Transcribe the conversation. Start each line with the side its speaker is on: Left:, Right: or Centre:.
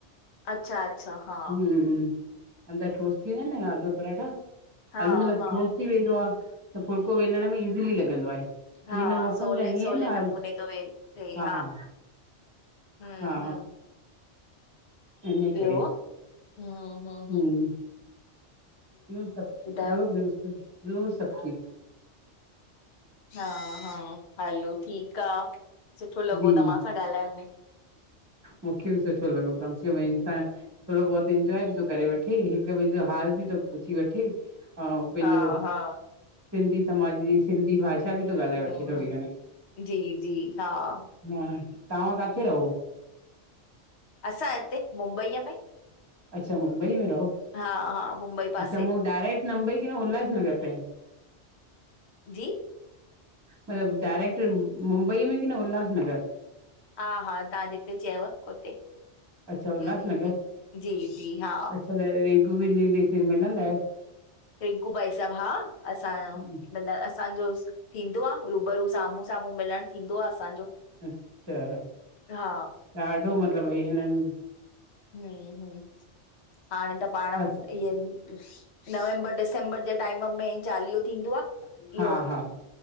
Left: अच्छा अच्छा हा
Right: हम्म अंदर ठोस थी वेंदा आहिन न आलू पराठां।
Left: हा
Right: आलू मतिलबु
Left: हा
Right: ठोस थी वेंदो आहे त फुल्को वेलण में इजिली लॻंदो आ। छोकी
Left: हा
Right: हिन मौसम
Left: सवले
Right: जा हिएंं
Left: सवले
Right: आहिनि न
Left: नमूने
Right: आलू
Left: थो वे थिए
Right: हा हा।
Left: हम्म
Right: हा
Left: हम्म --
Right: इन
Left: ॿियो
Right: करे
Left: हम्म ह
Right: हम्म
Left: ह।
Right: ॿियो सभु
Left: ॿुधायो
Right: ॿियो ॿियो ॿियो सभ ठीक।
Left: हा हा हलो ठीक आ सुठो लॻो
Right: जी
Left: तव्हां सां ॻाल्हाए।
Right: मूंखे बि सुठो लॻो कम से कम इसांन थोरो बहुत इंजॉय बि थो करे वठे। ठे हिक ॿिए जो हाल बि तो पुछी वठे। हाउ पंहिंजो
Left: हा हा
Right: सिंधी समाज जी सिंधी भाषा बि थो ॻाल्हाए
Left: हम्म
Right: वठे थोरी
Left: हम्म
Right: घणी।
Left: जी जी हा --
Right: हा तव्हां काथे रहो।
Left: असां हिते मुंबईअ में।
Right: अच्छा मुंबई में रहो।
Left: हा हा मुंबई। पासे
Right: अच्छा मूं डायरक्ट मुंबई की न उल्हासनगर?
Left: जी --
Right: मतलब डायरेक्ट मुंबईअ में की न उल्हासनगर?
Left: हा हा तव्हां जिते चयव उते
Right: अच्छा उल्हासनगर
Left: जी जी हा --
Right: अच्छा त रिंकू बीर जी सां मिलंदा आहियो।
Left: रिंकू भाई साहब हा असां।
Right: आहियो
Left: मतिलब असांजो थींदो आहे रूबरू साम्हूं साम्हूं मिलण थींदो आहे असांजो।
Right: अच्छा
Left: हा
Right: ॾाढो मतलब हे हिनन।
Left: हम्म हम्म हाणे त पाण
Right: अच्छा
Left: इयं -- नवंबर डिसंबर जे टाइम में चालीहो थींदो आ
Right: हा
Left: इहो।
Right: हा